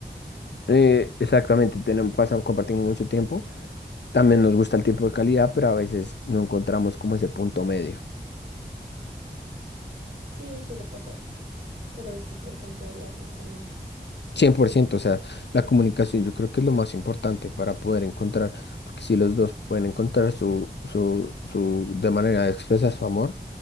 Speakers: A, on the left; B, on the right.
A: eh, exactamente, tenemos, pasamos, compartimos mucho tiempo. También nos gusta el tiempo de calidad, pero a veces no encontramos como ese punto medio.
B: sí, suele pasar, pero es importante hablarlo también.
A: cien por ciento o sea, la comunicación yo creo que es lo más importante para poder encontrar, porque si los dos pueden encontrar su, su, su, de manera de expresar su amor,